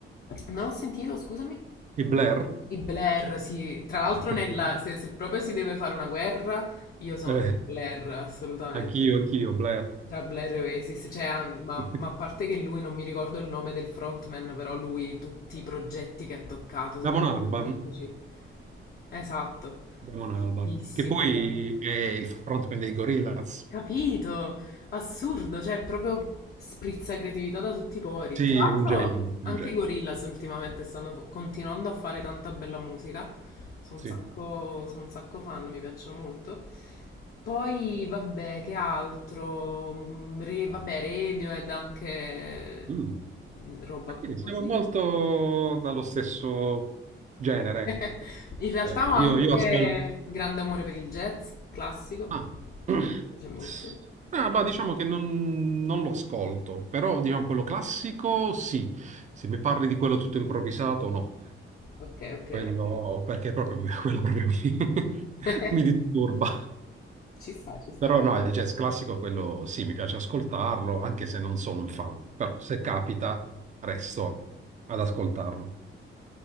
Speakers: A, on the left; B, on the right.
A: non ho sentito, scusami,
B: i Blair.
A: i Blair, sì, tra
B: <laughs>
A: l'altro nella- se, se proprio si deve fare una guerra, io sono
B: Eh,
A: team Blair, assolutamente.
B: anch'io, anch'io, Blair.
A: Tra Blair e Oasis, cioè, ah, ma,
B: <laughs>
A: ma a parte che lui non mi ricordo il nome del frontman, però lui tutti i progetti che ha toccato sono
B: Damon
A: stati
B: Albarn,
A: magnifici. Esatto,
B: Damon
A: fortissimo.
B: Albarn, che poi è il frontman dei Gorillaz.
A: Capito? Assurdo, cioè proprio sprizza creatività da tutti i pori.
B: Sì,
A: Tra
B: è
A: l'altro
B: un genio, è
A: anche
B: un genio.
A: i Gorillaz ultimamente stanno f- continuando a fare tanta bella musica. Sono
B: Sì.
A: un sacco, sono un sacco fan, mi piacciono molto. Poi, vabbè, che altro? Mm, Re, vabbè, Radiohead anche
B: Mm.
A: mm, roba
B: Ma quindi
A: più così.
B: siamo molto dallo stesso genere.
A: <laughs> In realtà
B: Eh,
A: ho anche
B: io, io ascolto.
A: grande amore per il jazz classico.
B: Ah. <clears throat>
A: Mi piace molto.
B: Ah,
A: devo
B: bah,
A: dire.
B: diciamo che non, non lo ascolto, però diciamo quello classico sì. Se mi parli di quello tutto improvvisato, no.
A: Ok, ok,
B: Quello,
A: ok.
B: perché proprio, mi- <laughs> quello proprio mi, <laughs>
A: <laughs>
B: mi disturba.
A: Ci sta, ci sta.
B: Però no, il jazz classico, quello sì, mi piace ascoltarlo, anche se non sono un fan. Però se capita, resto ad ascoltarlo.